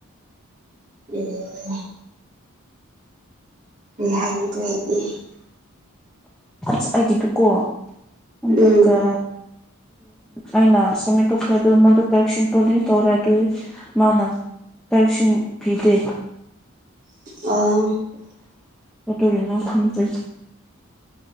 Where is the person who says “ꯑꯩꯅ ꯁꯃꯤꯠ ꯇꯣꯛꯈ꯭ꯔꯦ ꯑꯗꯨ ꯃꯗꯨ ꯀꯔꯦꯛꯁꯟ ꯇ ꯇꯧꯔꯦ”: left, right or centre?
Centre